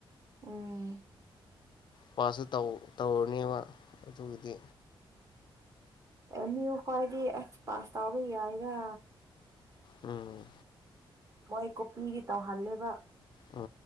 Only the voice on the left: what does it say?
ꯄꯁꯨ ꯇꯧ ꯇꯧꯅꯤꯕ ꯑꯗꯨꯒꯤꯗꯤ
ꯎꯝ
ꯎ